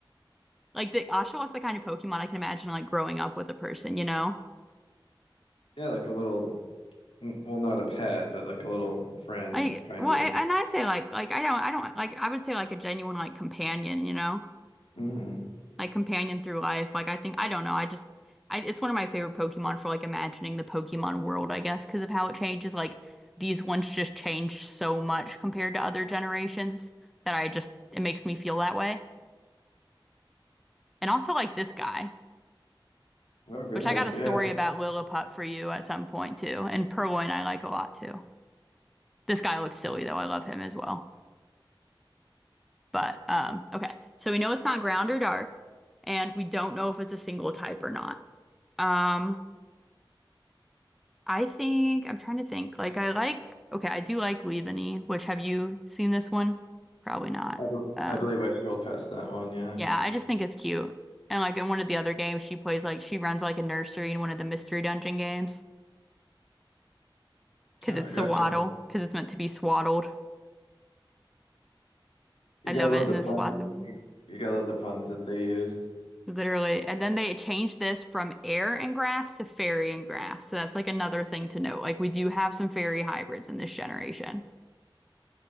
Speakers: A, in the centre; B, on the left.
A: like the Oshawott's the kind of Pokemon I can imagine like growing up with a person, you know?
B: Yeah, like a little, mm, well, not a pet, but like a little friend,
A: Like,
B: kind
A: well,
B: of.
A: I, and I say like, like I don't, I don't like. I would say like a genuine like companion, you know,
B: hmm
A: like companion through life. Like I think I don't know. I just, I it's one of my favorite Pokemon for like imagining the Pokemon world, I guess, because of how it changes. Like these ones just change so much compared to other generations that I just it makes me feel that way. And also like this guy,
B: Oh goodness,
A: which I got a
B: yeah.
A: story about Lillipup for you at some point too, and Purloin I like a lot too. This guy looks silly though. I love him as well. But um, okay. So we know it's not ground or dark, and we don't know if it's a single type or not. Um, I think I'm trying to think. Like I like okay, I do like Leaveney, which have you seen this one? Probably not.
B: I, be-
A: Uh,
B: I believe I scrolled past that one. Yeah,
A: yeah, I just think it's cute. And like in one of the other games, she plays like she runs like a nursery in one of the mystery dungeon games because
B: I
A: it's
B: gotcha.
A: swaddle because it's meant to be swaddled.
B: You
A: I
B: gotta
A: love
B: love
A: it in
B: the
A: the
B: pun.
A: swaddle.
B: You, you gotta love the puns that they used.
A: Literally. And then they changed this from air and grass to fairy and grass. So that's like another thing to note. Like we do have some fairy hybrids in this generation.